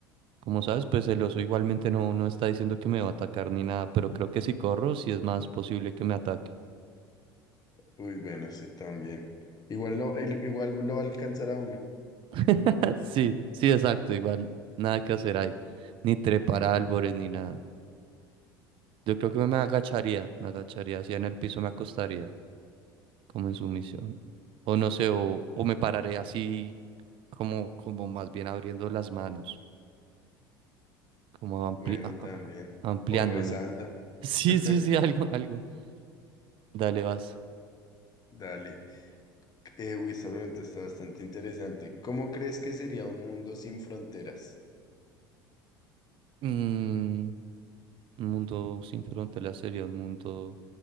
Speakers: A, on the right (about 50°); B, on the left (about 35°).
A: como sabes, pues el oso igualmente no, no está diciendo que me va a atacar ni nada, pero creo que si corro sí es más posible que me ataque.
B: Uy, bueno, sí, también. Igual lo, il- igual lo va a alcanzar a uno.
A: <laughs> Sí, sí, exacto, igual nada que hacer ahí. Ni trepar a árboles ni nada. Yo creo que me agacharía, me agacharía, así en el piso me acostaría, como en sumisión. O no sé, o, o me pararé así como, como más bien abriendo las manos. como ampli-
B: Bueno,
A: a- a-
B: también.
A: a- ampliándome.
B: O rezando.
A: <laughs> Sí,
B: <laughs>
A: sí, sí, algo, algo. Dale, vas.
B: Dale. Eh, uy, esta pregunta está bastante interesante. ¿Cómo crees que sería un mundo sin fronteras?
A: Mm, un mundo sin fronteras sería un mundo,